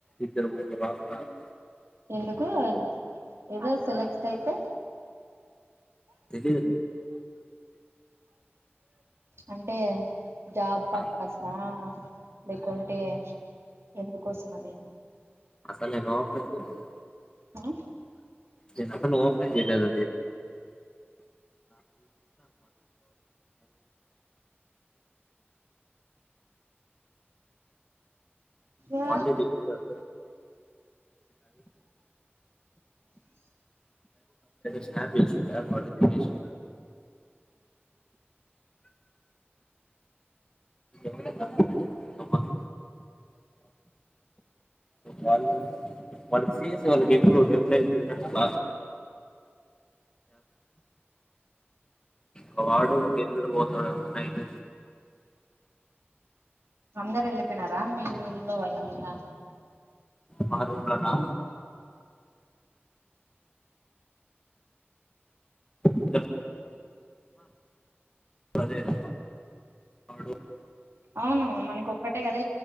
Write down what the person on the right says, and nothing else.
ఎందుకు ఏదో సెలెక్ట్ అయితే
అంటే జాబ్ పర్పసా
లేకుంటే ఎందుకోసం అది
ఆ
ఆ
అందరు వెళ్ళిపోయినారా మీ రూమ్ లో వాళ్ళంతా
అవును మనకు ఒక్కటే కదా